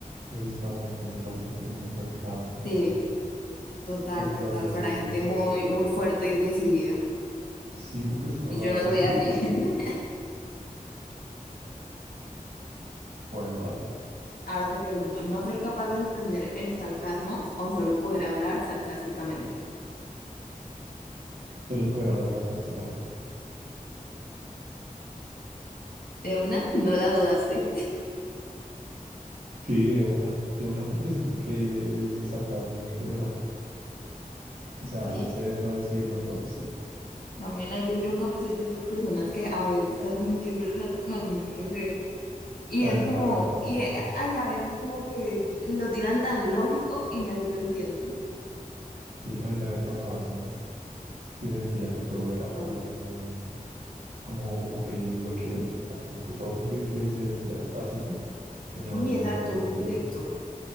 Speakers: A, on the right; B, on the left.
A: eso es para gente muy valiente, muy organizada sobre
B: Sí,
A: todo,
B: total,
A: porque
B: total,
A: a veces
B: para
A: siento,
B: gente muy, muy fuerte y decidida.
A: sí, porque si uno
B: Y
A: lo
B: yo
A: hace
B: no soy
A: mal,
B: así.
A: paga.
B: <laughs>
A: Bueno, dale,
B: Ahora te pregunto, ¿no ser capaz de entender el sarcasmo o solo poder hablar sarcásticamente?
A: solo poder hablar sarcásticamente.
B: De una, no la dudaste.
A: Sí, de una, de una porque siento que el sarcasmo es muy interesante.
B: <laughs>
A: O sea,
B: Sí,
A: hacerlo, decirlo todo, sí.
B: también yo, yo en cambio soy de esas personas que a veces casi no entiendo el sarcasmo, no sé. Y
A: Ay,
B: es
A: A mí
B: como,
A: también me pasaba,
B: y eh, hay a veces como que lo tiran tan lógico y ni así lo entiendo.
A: sí, a mí también me pasaba eso mucho, que sentía que todo
B: Y total.
A: era como, como eh, lo que es, o sea, como que todo lo que, que se decía era tácito y no
B: Y
A: había
B: exacto,
A: el doble sentido.
B: muy directo.